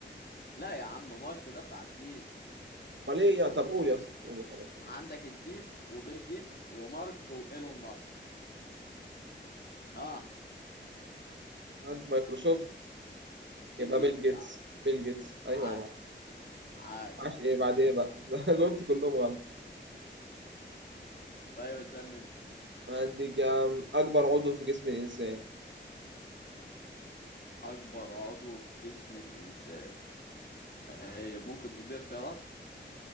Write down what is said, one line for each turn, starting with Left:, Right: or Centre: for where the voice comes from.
Left: لا يا عم مارك ده بتاع الفيس
Right: امال ايه يا طب قول يا اسطى قول وخلاص
Left: عندك ستيف وبيل جيتس ومارك وايلون ماسك اه
Right: انت مايكروسوفت
Left: بيل
Right: يبقى
Left: جيتس
Right: بيل جيتس
Left: يا عم
Right: بيل جيتس ايوه
Left: عاش
Right: يا معلم
Left: عاش
Right: معرفش ايه بعد ايه بقى <laughs> ده أنا جاوبت كلهم غلط
Left: طيب اسألني انت
Right: عندك يا عم اكبر عضو في جسم الانسان
Left: اكبر عضو في جسم الانسان طيب ممكن تدي اختيارات